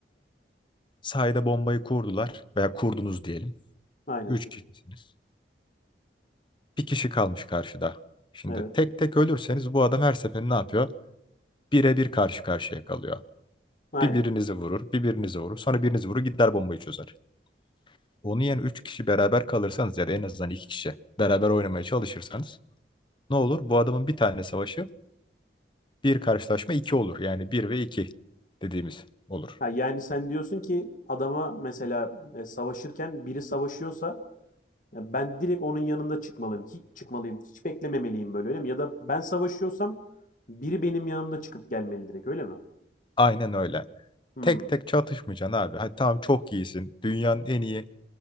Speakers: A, on the left (about 30°); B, on the left (about 50°).
A: Sahada bombayı kurdular veya kurdunuz diyelim.
B: Aynen.
A: Üç kişisiniz. Bir kişi kalmış karşıda. Şimdi
B: Evet.
A: tek tek ölürseniz bu adam her seferinde ne yapıyor? Bire bir karşı karşıya kalıyor.
B: Aynen.
A: Bir birinizi vurur, bir birinizi vurur. Sonra birinizi vurur gider bombayı çözer. Onu yani üç kişi beraber kalırsanız yani en azından iki kişi beraber oynamaya çalışırsanız ne olur? Bu adamın bir tane savaşı Bir karşılaşma iki olur. Yani bir ve iki dediğimiz olur.
B: Ha, yani sen diyorsun ki adama mesela e, savaşırken biri savaşıyorsa ya ben direkt onun yanında çıkmalıyım. Hiç çıkmalıyım. Hiç beklememeliyim böyle öyle mi? Ya da ben savaşıyorsam biri benim yanımda çıkıp gelmeli direkt öyle mi?
A: Aynen öyle.
B: Hmm.
A: Tek tek çatışmayacaksın abi. Hadi tamam çok iyisin. Dünyanın en iyi